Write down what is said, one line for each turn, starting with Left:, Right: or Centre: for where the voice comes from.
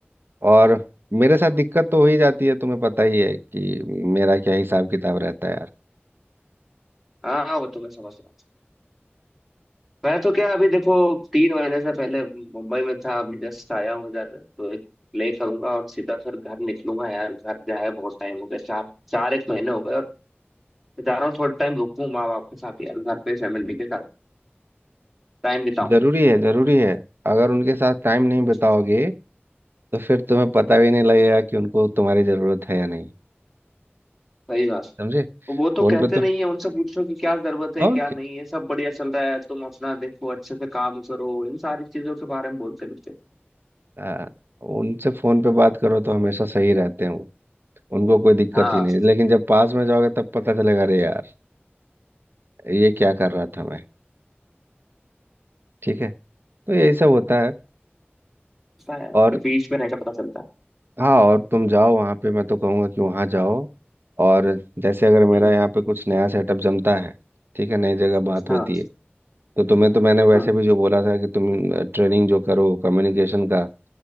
Right: और मेरे साथ दिक्कत तो हो ही जाती है तुम्हें पता ही है कि मेरा क्या हिसाब किताब रहता है यार
Centre: हाँ हाँ वो तो मैं समझ रहा हूँ मैं तो क्या अभी देखो तीन महीने से पहले मुंबई में था अभी जस्ट आया हूँ इधर तो एक प्ले करूंगा और सीधा फिर घर निकलूंगा यार घर जा है बहुत टाइम हो गया चार चार एक महीने हो गए और मैं चाह रहा हूँ थोड़ा टाइम रुकूं माँ बाप के साथ यार घर पे फैमिली के साथ टाइम बिताऊं
Right: जरूरी है जरूरी है अगर उनके साथ टाइम नहीं
Centre: हम्म,
Right: बिताओगे तो फिर तुम्हें पता भी नहीं लगेगा कि उनको तुम्हारी जरूरत है या नहीं
Centre: सही बात है।
Right: समझे
Centre: तो वो तो
Right: फोन
Centre: कहते
Right: पे तो
Centre: नहीं है उनसे पूछो कि क्या जरूरत है
Right: और
Centre: क्या
Right: क्या
Centre: नहीं है सब बढ़िया चल रहा है तुम अपना देखो अच्छे से काम करो इन सारी चीजों के बारे में बोलते रहते हैं।
Right: हाँ, उनसे फोन पे बात करो तो हमेशा सही रहते हैं वो उनको कोई दिक्कत
Centre: हाँ
Right: ही नहीं लेकिन जब पास में जाओगे तब पता चलेगा अरे यार ये क्या कर रहा था मैं ठीक है तो यही सब होता है
Centre: पता है
Right: और
Centre: उनके बीच में रहकर पता चलता
Right: हाँ और तुम जाओ वहाँ पे मैं तो कहूँगा कि वहाँ जाओ और जैसे अगर मेरा
Centre: है
Right: यहाँ पे कुछ नया सेटअप जमता है ठीक है नई जगह बात
Centre: हाँ
Right: होती है तो तुम्हें तो मैंने वैसे
Centre: हाँ
Right: भी जो बोला था कि तुम ट्रेनिंग जो करो कम्युनिकेशन का